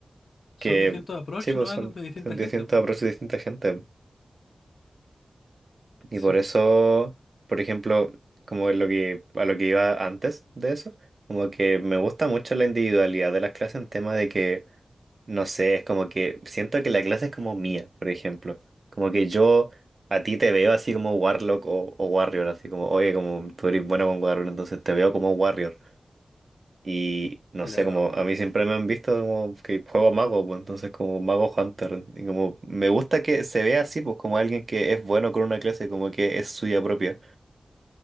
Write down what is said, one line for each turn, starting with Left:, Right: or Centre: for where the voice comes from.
Left: son
Right: que
Left: distintos approach
Right: sí, pues
Left: nomás
Right: son,
Left: de distinta
Right: son distintos
Left: gente, pues.
Right: approaches de distinta gente. Y
Left: Sí,
Right: por eso, por ejemplo, como lo que, a lo que iba antes de eso, como que me gusta mucho la individualidad de las clases en tema de que, no sé, es como que siento que la clase es como mía, por ejemplo. Como que yo a ti te veo así como Warlock o, o Warrior, así como, oye, como tú eres bueno con Warrior, entonces te veo como Warrior. Y no
Left: claro,
Right: sé, como a mí siempre me han visto como que juego mago, pues entonces como mago hunter. Y como me gusta que se vea así, pues como alguien que es bueno con una clase, como que es suya propia.